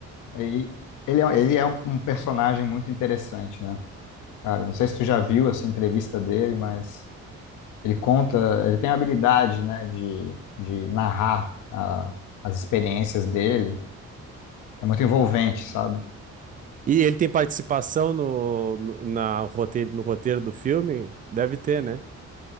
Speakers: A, on the left; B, on the right.
A: E ele é, ele é um, um personagem muito interessante, né? Cara, não sei se tu já viu essa entrevista dele, mas Ele conta, ele tem a habilidade, né, de, de narrar a- as experiências dele. É muito envolvente, sabe?
B: E ele tem participação no, no, na roteiro, no roteiro do filme? Deve ter, né?